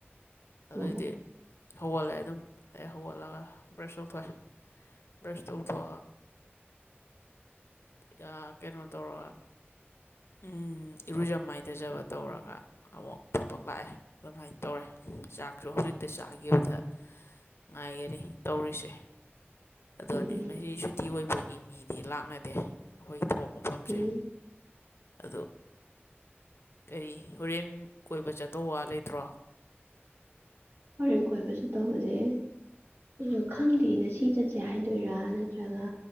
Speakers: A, on the left; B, on the right.
A: ꯑꯗꯨꯏꯗꯤ
B: ꯑꯣ
A: ꯍꯧꯒꯠꯂꯦ ꯑꯗꯨꯝ ꯑꯩ ꯍꯧꯒꯠꯂꯒ ꯕ꯭ꯔꯁ ꯑꯣꯐꯦ ꯕ꯭ꯔꯁ ꯇꯧꯕ ꯊ ꯀꯩꯅꯣ ꯇꯧꯔꯒ ꯎꯝ ꯏꯔꯨꯖ ꯃꯥꯏꯊꯖꯕ ꯇꯧꯔꯒ ꯑꯃꯨꯛ ꯊꯕꯛ ꯂꯥꯛꯑꯦ ꯑꯗꯨꯃꯥꯏꯅ ꯇꯧꯔꯦ ꯆꯥꯛꯁꯨ ꯍꯧꯖꯤꯛꯇ ꯆꯥꯈꯤꯕꯗ ꯉꯥꯏꯒꯅꯤ ꯇꯧꯔꯤꯁꯦ ꯑꯗꯨꯅꯦ
B: ꯎꯝ ꯎꯝ
A: ꯉꯁꯤ ꯁꯨꯇꯤ ꯑꯣꯏꯕꯒꯤ ꯃꯤꯗꯤ ꯂꯥꯛꯅꯗꯦ ꯑꯩꯈꯣꯏ ꯊꯕꯣꯛ ꯃꯐꯝꯁꯦ
B: ꯎꯝ
A: ꯑꯣ ꯀꯔꯤ ꯍꯣꯔꯦꯟ ꯀꯣꯏꯕ ꯆꯠꯇꯧ ꯋꯥ ꯂꯩꯇ꯭ꯔꯣ
B: ꯍꯣꯔꯦꯟ ꯀꯣꯏꯕꯁꯨ ꯇꯧꯕꯁꯩ ꯎꯝ ꯈꯪꯗꯦ ꯅ ꯁꯤ ꯆꯠꯁꯦ ꯍꯥꯏꯗꯣꯏꯔꯥ ꯅꯠꯇ꯭ꯔꯒ